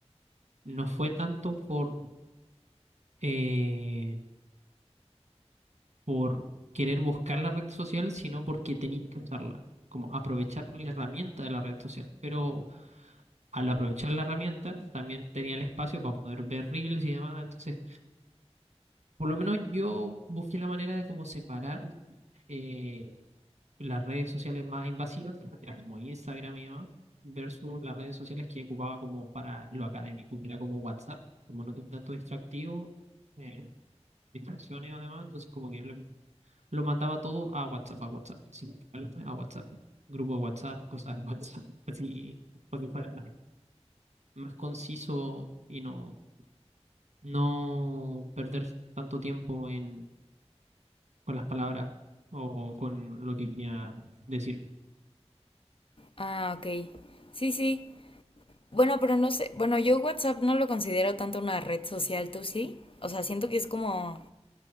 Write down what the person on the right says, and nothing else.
no fue tanto por, eh, por querer buscar la red social, sino porque tenía que usarla. como aprovechar la herramienta de la red social. Pero al aprovechar la herramienta, también tenía el espacio para poder ver reels y demás. Entonces, por lo menos yo busqué la manera de cómo separar eh, las redes sociales más invasivas, que eran como Instagram y demás, versus las redes sociales que ocupaba como para lo académico, que era como WhatsApp, como no tenía tanto distractivo, eh, distracciones o demás, entonces como que lo, lo mandaba todo a WhatsApp, a WhatsApp, sin preocuparme, a WhatsApp, grupo de WhatsApp, cosas de WhatsApp, así, porque fuera más conciso y no, no perder tanto tiempo en, con las palabras o con lo que quería decir.